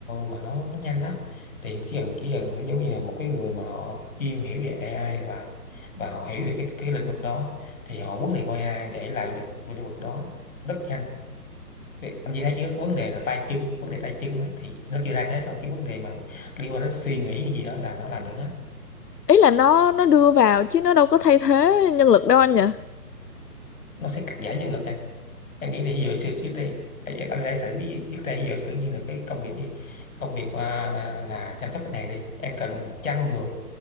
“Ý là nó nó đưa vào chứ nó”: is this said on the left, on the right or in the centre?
Left